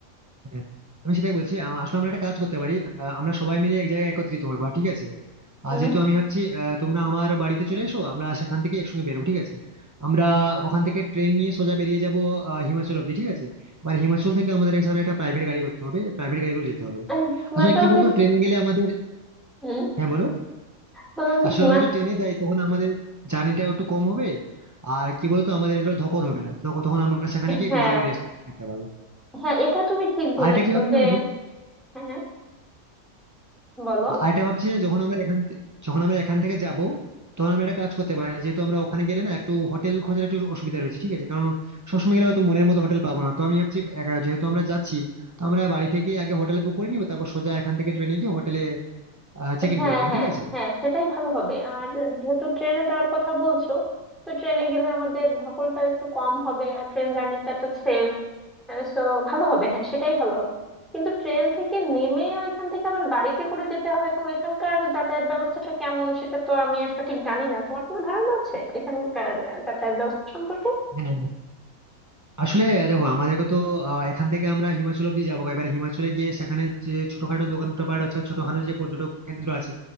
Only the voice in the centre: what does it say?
হুম
আহ, হিমাচল
থেকে
হুম
বললাম যে
হিমাচল
হ্যাঁ
হ্যাঁ এটা তুমি ঠিক বলেছো
যে হ্যাঁ বলো
হ্যাঁ
হ্যাঁ
হ্যাঁ সেটাই ভালো হবে আর যেহেতু ট্রেনে যাওয়ার কথা বলছো তো ট্রেনে গেলে আমাদের ধকলটা একটু কম হবে আর ট্রেন জার্নিটা তো সেভ সো ভালো হবে হ্যাঁ সেটাই ভালো হবে কিন্তু ট্রেন থেকে নেমে ওইখান থেকে আবার গাড়িতে করে যেতে হবে এখন ওইখানকার যাতায়াত ব্যবস্থাটা কেমন সেটা তো আমি আর সঠিক জানি না তোমার কোনো ধারণা আছে ওইখানকার আহ, যাতায়াত ব্যবস্থা সম্পর্কে